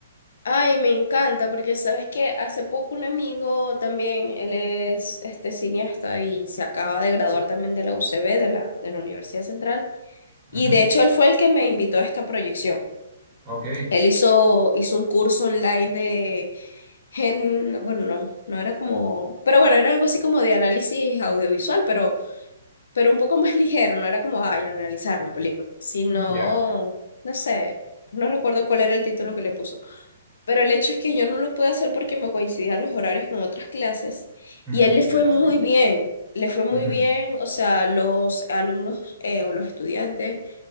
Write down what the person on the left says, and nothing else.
Ay, me encanta, porque sabes que hace poco un amigo también, él es este cineasta y se acaba de graduar también de la UCB, de la, de la Universidad Central. Y
de hecho él fue el que me invitó a esta proyección.
Él hizo, hizo un curso online de gen, bueno, no, no era como, pero bueno, era algo así como de análisis audiovisual, pero, pero un poco más ligero, no era como, ay, analizar la película, sino,
no sé, no recuerdo cuál era el título que le puso. Pero el hecho es que yo no lo pude hacer porque me coincidían los horarios con otras clases
y a él le fue
muy bien, le fue muy
bien, o sea, los alumnos eh, o los estudiantes